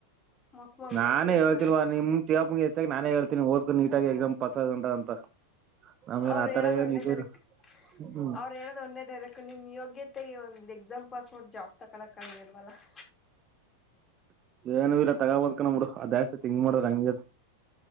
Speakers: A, on the left (about 20°); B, on the right (about 30°).
A: ಮಕ್ ಮಂಗ್ಗಳೂರ್
B: ನಾನೇ
A: ಇರ್ತಾರೆ
B: ಹೇಳ್ತಿಲ್ವಾ ನಿಮ್ ಇತ್ತಾಗ ನಾನೇ ಹೇಳ್ತಿನನಿ ಓದ್ ನೀಟಾಗಿ ಎಕ್ಸಾಮ್ ಪಸ್ ಉಂಟ ಅಂತ ನಮ್ಗೇನ್
A: ಅವ್ರು
B: ಆತರ
A: ಹೇಳನಾದ
B: ಏನ್
A: ಒ್ಣೆ
B: ಇದು
A: ತರಕ್
B: ಇಲ್ಲ ಹ್ಮ್
A: ಅವ್ರು ಹೇಳೋದ್ ಒಂದೇದು ನಿಮ್ ಯೋಗ್ಯತೆಗೆ ಒಂದ್ ಎಕ್ಸಾಮ್ ಪಾಸ್ ಮಾಡ್ರ ಜಾಬ್ ತಕೊಕ್ಂಗಿಲ್ವಲ್ಲ. <inaudible>
B: ಏನ ಇಲ್ಲ ತಗೋಬೋದಕ ನಮಡು ಅದು ಜಾಸ್ತಿ ತಿಂಕ್ ಮಾಡ್ರ ಹಂಗದ.